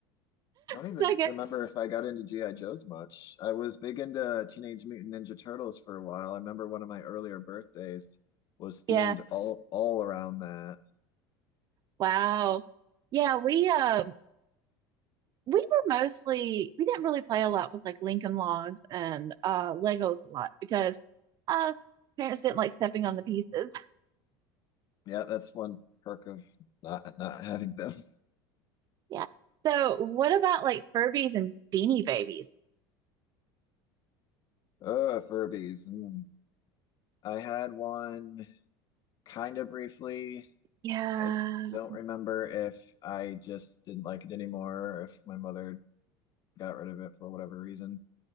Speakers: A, on the left; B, on the right.
A: I don't even
B: so I guess,
A: remember if I got into G.I. Joes much. I was big into Teenage Mutant Ninja Turtles for a while. I remember one of my earlier birthdays was themed
B: yeah,
A: all all around that.
B: wow. Yeah, we uh we were mostly we didn't really play a lot with like Lincoln Logs and uh Legos a lot because uh parents didn't like stepping on the pieces. <laughs>
A: Yeah, that's one perk of not not having them. <laughs>
B: Yeah. So what about like Furbies and Beanie Babies?
A: Uh, Furbies. Mm. I had one kind of briefly.
B: Yeah.
A: I don't remember if I just didn't like it anymore or if my mother got rid of it for whatever reason.